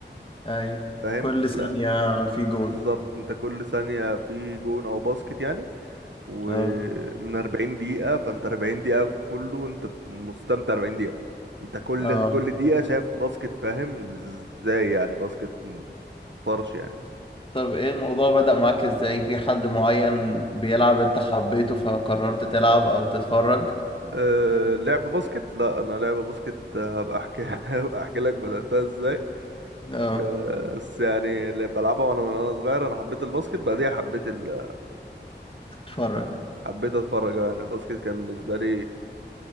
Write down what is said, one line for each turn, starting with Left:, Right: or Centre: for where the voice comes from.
Left: اي
Right: فاهم
Left: كل
Right: لا
Left: ثانية في جون
Right: بالظبط انت كل ثانية في جون او باسكت يعني ومن
Left: اه
Right: 40 دقيقة فانت 40 دقيقة كله انت مستمتع 40 دقيقة انت كل
Left: اه
Right: كل دقيقة شايف باسكت فاهم ازاي يعني باسكت طرش يعني
Left: طب ايه الموضوع بدأ معاك ازاي في حد معين بيلعب انت حبيته فقررت تلعب او تتفرج
Right: أه لعب باسكت لا انا لعب باسكت آه، هبقى احكي <laughs> هبقى احكي لك بدأتها ازاي
Left: اه
Right: آه، بس يعني اللي بلعبها وانا من وانا صغير انا حبيت الباسكت بعديها حبيت ال...
Left: تتفرج
Right: حبيت اتفرج يعني الباسكت كان بالنسبه لي